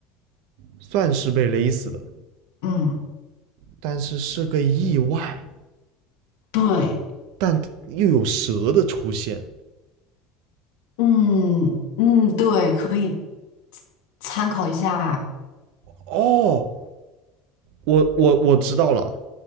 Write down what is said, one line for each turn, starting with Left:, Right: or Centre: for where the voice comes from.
Right: 算是被勒死的，
Left: 嗯，
Right: 但是是个意外，
Left: 对，
Right: 但又有蛇的出现。
Left: 嗯嗯，对，可以参考一下，
Right: 哦，我我我知道了，